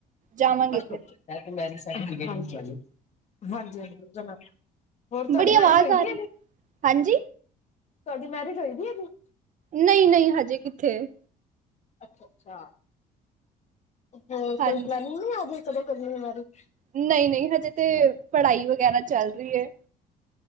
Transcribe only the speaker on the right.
ਜਾਵਾਂਗੇ
ਫਿਰ
ਬੜੀ ਆਵਾਜ਼
ਆ
ਰਹੀ
ਹਾਂਜੀ
ਨਹੀਂ -ਨਹੀਂ, ਹਜੇ ਕਿੱਥੇ।
ਹਾਂਜੀ,
ਨਹੀਂ- ਨਹੀਂ, ਹਜੇ ਤੇ ਪੜ੍ਹਾਈ ਵਗੈਰਾ ਚੱਲ ਰਹੀ ਹੈ।